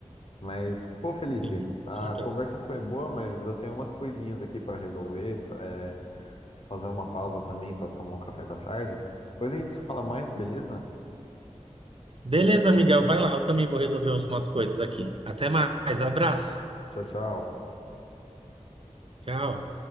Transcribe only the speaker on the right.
Sim, com
certeza.
Beleza, Miguel, vai lá. Eu também vou resolver umas coisas aqui. Até mais. Abraço.
Tchau.